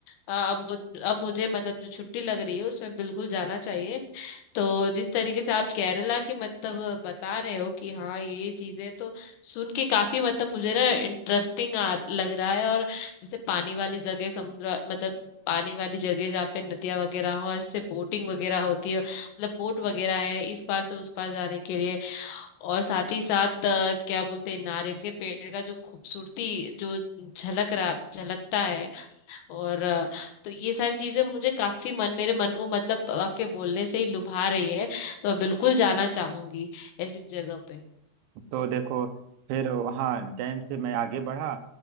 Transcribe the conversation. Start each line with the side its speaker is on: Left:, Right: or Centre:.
Left: अ, अब अब मुझे मतलब जो छुट्टी लग रही है उसमें बिल्कुल जाना चाहिए तो जिस तरीके से आप केरला की मतलब बता रहे हो कि हाँ ये चीजें तो सुन के काफी मतलब मुझे ना इंटरेस्टिंग आ लग रहा है और जैसे पानी वाली जगह समुद्र मतलब पानी वाली जगह जहाँ पे नदियाँ वगैरह हो और इससे बोटिंग वगैरह होती है मतलब बोट वगैरह है इस पार से उस पार जाने के लिए और साथ ही साथ अ, क्या बोलते हैं नारियल के पेड़ का जो खूबसूरती जो झलक रहा झलकता है और अ, तो ये सारी चीजें मुझे काफी मन मेरे मन को मतलब आपके बोलने से ही लुभा रही है तो मैं बिल्कुल जाना चाहूंगी ऐसी जगह पे
Right: तो देखो फिर वहाँ डैम से मैं आगे बढ़ा